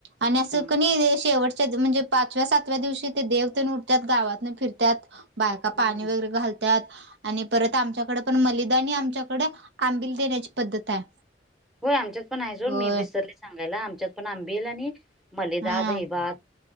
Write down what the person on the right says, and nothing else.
आणि असं
कणी
शेवट म्हणजे पाचव्या सातव्या दिवशी ते देव तेन उठत्यात गावातन फिरत्यात बायका
पाणी वगैरे घालतात आणि परत आमच्याकड पण मलिदा आमच्याकड आंबिल देण्याची पद्धत आहे
होय
हा